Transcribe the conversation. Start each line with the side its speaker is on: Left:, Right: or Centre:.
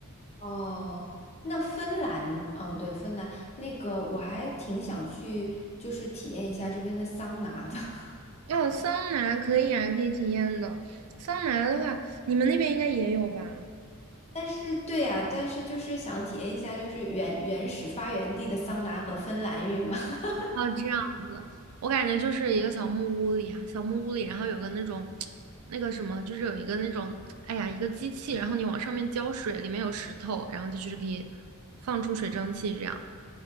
Left: 哦，那芬兰，哦，对，芬兰那个我还挺想去，就是体验一下这边的桑拿的。<laughs>
Right: 哦，桑拿可以啊，可以体验的。桑拿的话，你们那边应该也有吧？
Left: 但是，对呀，但是就是想体验一下，就是原原始发源地的桑拿和芬兰浴嘛。<laughs>
Right: 哦，这样子，我感觉就是一个小木屋里啊，小木屋里，然后有个那种，那个什么，就是有一个那种，哎呀，一个机器，然后你往上面浇水，里面有石头，然后它就是可以放出水蒸气这样。